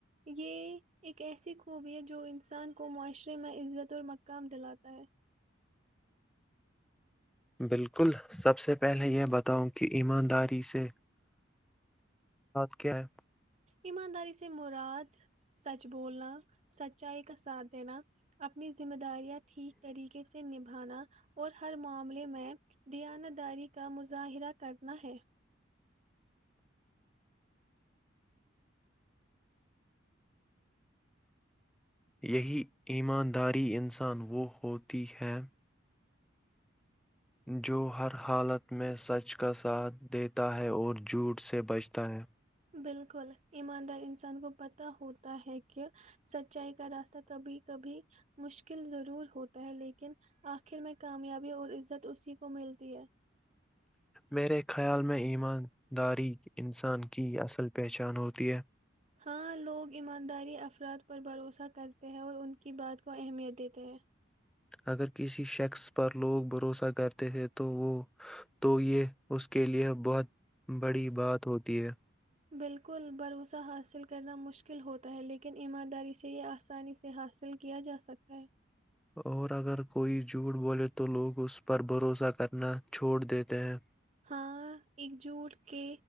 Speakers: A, on the right (about 35°); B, in the centre.
A: یہ ایک ایسی خوبی ہے جو انسان کو معاشرے میں عزت اور مقام دلاتا ہے
B: بالکل سب سے پہلے یہ بتاؤ کہ ایمانداری سے بات کیا ہے
A: ایمانداری سے مراد سچ بولنا سچائی کا ساتھ دینا اپنی ذمہ داریاں ٹھیک طریقے سے نب بھانا اور ہر معاملے میں دیانا داری کا مظاہرہ کرنا ہے
B: یہی ایمانداری انسان وہ ہوتی ہیں جو ہر حالت میں سچ کا ساتھ دیتا ہے اور جھوٹ سے بچتا ہے
A: بالکل ایماندار انسان کو پت ہوتا ہے کہ سچائی کا راستہ کبھی کبھی مشکل ضرور ہوتا ہے لیکن آخر میں کامیابی اور عزت اسی کو ملتی ہے
B: میرے خیال میں ایمانداری انسان کی اصل پہچان ہوتی ہے
A: ہاں لوگ ایمانداری افراد پر بھروسہ کرتے ہیں اور ان کی بات کو اہمیت دیتے ہیں
B: اگر کسی شخص پر لوگ بھروسہ کرتے ہیں تو وہ تو یہ اس کے لئے بہت بڑی بات ہوتی ہے
A: بالکل بھروسہ حاصل کرنا مشکل ہوتا ہے لیکن ایمانداری سے یہ آسانی سے حاصل کیا جاسکتا ہے
B: اور اگر کوئی جھوٹ بولے تو لوگ اس پر بھروسہ کرنا چھوڑ دیتے ہیں
A: ہاں ایکجوٹ کے